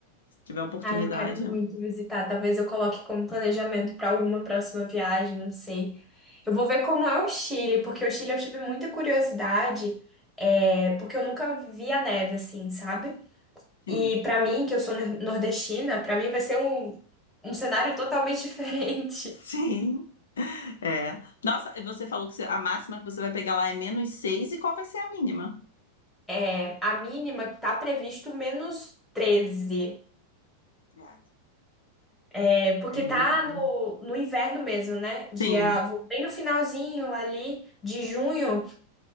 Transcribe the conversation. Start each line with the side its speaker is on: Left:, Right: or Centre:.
Left: Se tiver oportunidade,
Centre: Ah, eu quero muito visitar. Talvez eu coloque como planejamento para alguma próxima viagem, não sei. Eu vou ver como é o Chile, porque o Chile eu tive muita curiosidade, é, porque eu nunca vi a neve assim, sabe?
Left: sim,
Centre: E para mim, que eu sou nor- nordestina, para mim vai ser um, um cenário totalmente <laughs> diferente.
Left: <laughs> sim. É. Nossa, você falou que você- a máxima que você vai pegar lá é menos seis e qual vai ser a mínima?
Centre: É, a mínima que tá previsto menos 13.
Left: É,
Centre: é, porque
Left: bem-
Centre: tá no,
Left: bem-
Centre: no inverno mesmo, né? Dia,
Left: Sim.
Centre: vou bem no finalzinho ali de junho.